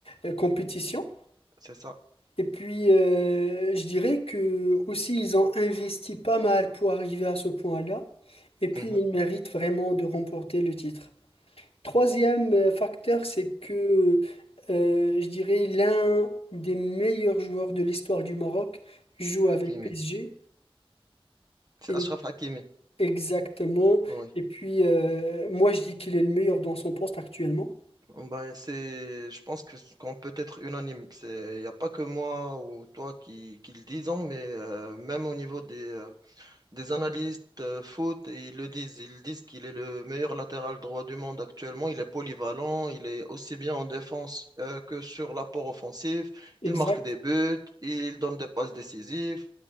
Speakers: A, on the left; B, on the right.
A: euh, compétition.
B: C'est ça.
A: Et puis, euh, je dirais que aussi, ils ont investi pas mal pour arriver à ce point-là. Et puis,
B: Mhm.
A: il mérite vraiment de remporter le titre. Troisième euh, facteur, c'est que euh, je dirais l'un des meilleurs joueurs de l'histoire du Maroc joue
B: Hakimi.
A: avec PSG.
B: C'est
A: Et
B: Achraf Hakimi.
A: exactement.
B: Oui.
A: Et puis, euh, moi, je dis qu'il est le meilleur dans son poste actuellement.
B: Bah, c'est, je pense que ce qu'on peut être unanime. C'est, il n'y a pas que moi ou toi qui, qui le disons, mais euh, même au niveau des, euh, des analystes euh, foot, et ils le disent. Ils disent qu'il est le meilleur latéral droit du monde actuellement. Il est polyvalent, il est aussi bien en défense euh, que sur l'apport offensif.
A: Exact.
B: Il marque des buts, il donne des passes décisives,